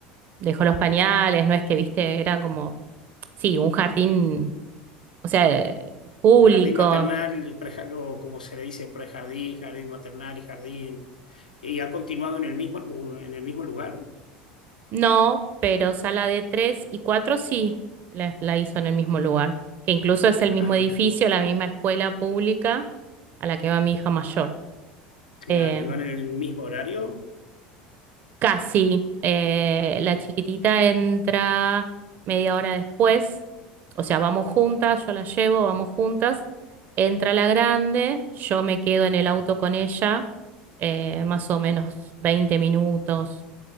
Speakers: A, on the right; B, on the left.
A: dejó los pañales, no es que, viste, era como Sí, un jardín, o sea, eh, público.
B: Jardín maternal, preja- o como se le dice, prejardín, jardín maternal y jardín. ¿Y ha continuado en el mismo, lu- en el mismo lugar?
A: No, pero sala de tres y cuatro sí la, la hizo en el mismo lugar, que incluso es el mismo
B: Ajá,
A: edificio, la misma escuela pública a la que va mi hija mayor.
B: claro.
A: Eh,
B: ¿Y van en el mismo horario?
A: casi, eh, la chiquitita entra media hora después, o sea, vamos juntas, yo la llevo, vamos juntas, entra la grande, yo me quedo en el auto con ella, eh, más o menos 20 minutos